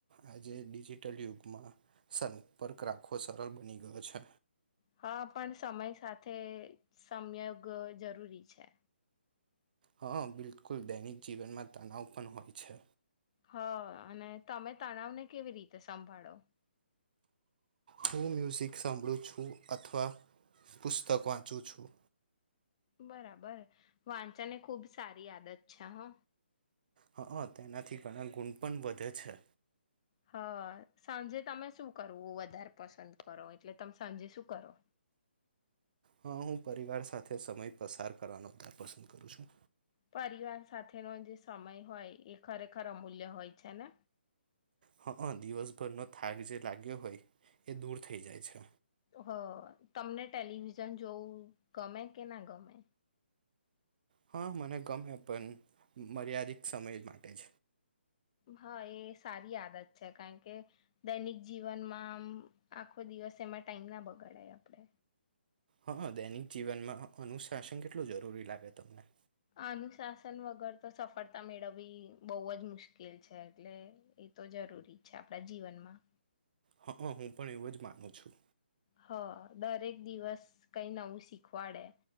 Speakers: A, on the right (about 50°); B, on the left (about 35°).
A: આજે ડિજિટલ યુગમાં સંપર્ક રાખવો સરળ બની ગયો છે
B: હા પણ સમય સાથે સંયોગ જરૂરી છે
A: હા બિલકુલ દૈનિક જીવનમાં તણવ પણ હોય છે
B: હ અને તમે તણાવને કેવી રીતે સંભાળો
A: હું મ્યુઝિક સાંભળું છું અથવા પુસ્તક વાંચું છું
B: બરાબર વાંચા ને ખુબ સારી આદત છે છ
A: હા હ તેનાથી ઘણા ગુણ પણ વધે છે
B: હા સાંજે તમે શું કરવું વધારે પસંદ કરો એટલે તમે સાંજે શું કરો
A: હા હું પરિવાર સાથે સમય પસાર કરવાનો ઉાર પસંદ કરું છું
B: પરિવાર સાથેનો જે સમય હોય એ ખરેખર અમૂલ્ય હોય છે ને
A: હા દિવસભરનો થાક જે લાગ્યો હોય એ દૂર થઈ જાય છે
B: હ તમને ટેલિવિઝન જોવું ગમે કે ના ગમે
A: હા મને ગમે પણ મર્યાદિત સમય માટે જ
B: હા એ સારી આદત છે કારણ કે દૈનિક જીવનમાં આમ આખો દિવસ એમાં ટાઈમ ના બગાડાય આપડે
A: હા દૈનિક જીવનમાં અનુશાસન કેટલું જરૂરી લાગે તમને
B: અનુશાસન વગર તો સફળતા મેળવવી બહુ જ મુશ્કેલ છે એટલે એ તો જરૂરી છે આપણા જીવનમાં
A: હા હ હું પણ એવું જ માનું છું
B: હ દરેક દિવસ કઈ નવું શીખવાડે